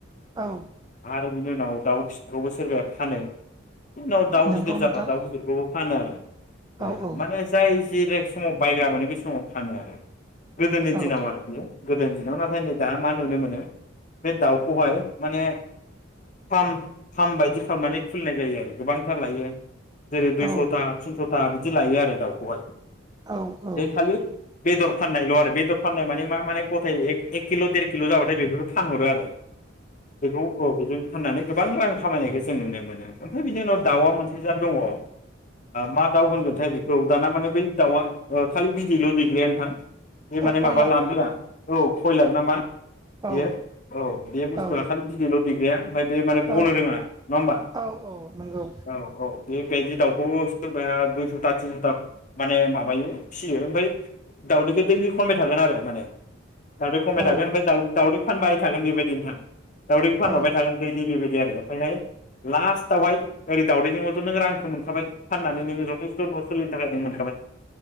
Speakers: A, on the right; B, on the left.
A: औ
B: आर बिनि उनाव दाउ फिसाखौबो सोरबाया फानो। जोंनाव दाउ
A: नंगौ
B: गिदिर
A: नोंथां
B: जाबा दाउ गिदिरखौबो फानो आरो। ओ
A: औ औ
B: माने जाय थि बे समाव बायग्रा मोनो बे समाव फानो आरो। गोदोनि
A: औ
B: दिनाव आरो बेयो गोदोनि दिनाव नाथाय नै दा मा नुनो मोनो बे दाउखौहाय माने फार्म फार्म बायदि खालामनानै खुलिनाय जायो आरो। गोबांथार लायो। जेरै दुइस'था,
A: औ
B: थिनस' था बिदि लायो आरो दाउखौहाय।
A: औ
B: बे
A: औ।
B: खालि बेदर फाननायल' आरो बेदर फाननाय माने मा माने गथाय एक किल' देर किल' जाबाथाय बेफोरखौ फानहरो आरो। बेखौ औ बेजों फाननानै गोबां रां खामायनायखौ जों नुनो मोनो। ओमफाय बिनि उनाव
A: औ
B: दाउआ मोनसे जा दङ बा मा दाउ होनगोनथाय बेखौ दाना माने बै दाउआ ओ खालि बिदैल' <unintelligible> नोंथां बे
A: औ
B: माने
A: कयलार
B: माबा लानो रोङा औ। कयलार नामा? बेयो
A: औ
B: औ बे बुस्थुआ
A: औ
B: खालि बिदैल' दैग्राया ओमफाय बे माने गनो
A: औ
B: रोङा नङा होमबा?
A: औ नंगौ
B: औ औ बेबायदि दाउखौ सोरबाया दुइस' बा थिनस'था माने माबायो फियो ओमफाय दावदैखौ दैलि खनबाय थागोन आरो माने दावदै खनबाय
A: औ
B: थागोन ओमफाय दाउ दावदै फानबाय थागोन बेबायदि नोंथां। दावदैखौ फानहरबाय
A: औ
B: थागोन दैलि बेबायदि आरो ओमफायहाय लास्ट आवहाय ओरै दाउदैजोंबोथ' नों रांखौ मोनखाबाय फाननानै नोङो जथेस्ट' न' सोलिनो थाखाय नों मोन खाबाय